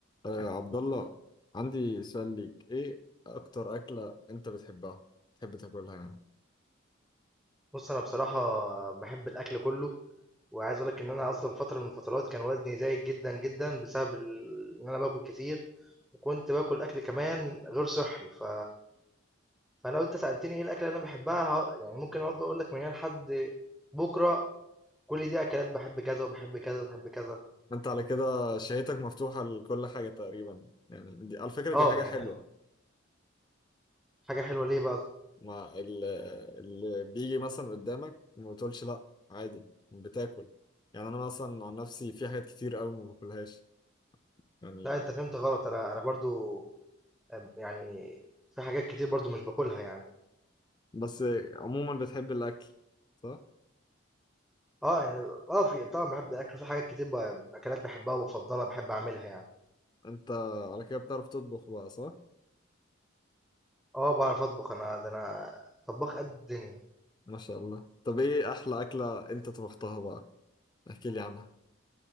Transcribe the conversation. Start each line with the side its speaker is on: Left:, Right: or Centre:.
Left: آه عبد الله عندي سؤال ليك ايه اكتر اكلة انت بتحبها تحب تاكلها يعني
Centre: بص انا بصراحه بحب الاكل كله وعايز اقول لك ان انا اصلا فتره من الفترات كان وزني زايد جدا جدا بسبب ال- ان انا باكل كتير وكنت باكل اكل كمان غير صحي ف... فلو انت سالتني ايه الاكل اللي انا بحبها ه- يعني ممكن اقعد اقول لك من هنا لحد بكره كل دي اكلات بحب كذا وبحب كذا وبحب كذا
Left: انت على كده شهيتك مفتوحة لكل حاجة تقريبا يعني دي على فكرة دي
Centre: اه
Left: حاجة
Centre: يعني
Left: حلوة
Centre: أنا- حاجه حلوه ليه بقى
Left: ما ال- اللي بيجي مثلا قدامك ما بتقولش لا عادي بتاكل يعني انا مثلا عن نفسي في حاجات كتير قوي ما باكلهاش يعني
Centre: لا انت فهمت غلط انا انا برضو أم- يعني في حاجات كتير برضو مش باكلها يعني
Left: بس عموما بتحب الاكل صح
Centre: آه، يعني آه، في طبعًا باحب الأكل، في حاجات كتير ب أكلات باحبها وبافضّلها، باحب أعملها يعني.
Left: انت على كده بتعرف تطبخ بقى صح؟
Centre: آه، باعرف أطبخ أنا، ده أنا طبّاخ قد الدنيا.
Left: ما شاء الله طب ايه احلى اكلة انت طبختها بقى؟ احكي لي عنها